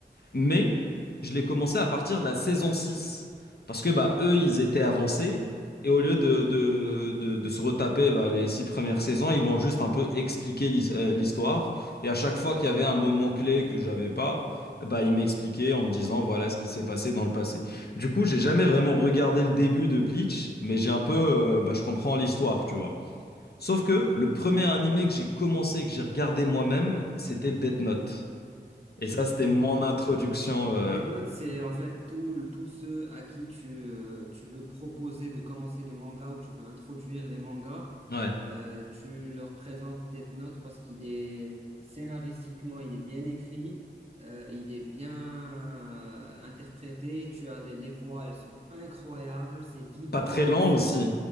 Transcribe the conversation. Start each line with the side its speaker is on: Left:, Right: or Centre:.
Left: Mais je l'ai commencé à partir de la saison six Parce que bah, eux, ils étaient avancés. Et au lieu de, de, de, de se retaper bah, les six premières saisons, ils m'ont juste un peu expliqué l'his- euh, l'histoire. Et à chaque fois qu'il y avait un moment clé que j'avais pas, bah, ils m'expliquaient en me disant voilà ce qui s'est passé dans le passé. Du coup, j'ai jamais vraiment regardé le début de Bleach, mais j'ai un peu, euh, bah, je comprends l'histoire, tu vois. Sauf que
Right: Mm.
Left: le premier animé que j'ai commencé et que j'ai regardé moi-même, c'était Death Note. Et ça, c'était
Right: Des,
Left: mon introduction. euh,
Right: Death Note, c'est en fait tout, tous ceux à qui tu, euh, tu veux proposer de commencer les mangas ou tu veux introduire les mangas,
Left: Ouais.
Right: euh, tu leur présentes Death Note parce qu'il est scénaristiquement, il est bien écrit, euh, il est bien euh, interprété, tu as les, les voix, elles sont incroyables, c'est vibrant,
Left: Pas très lent
Right: c'est,
Left: aussi.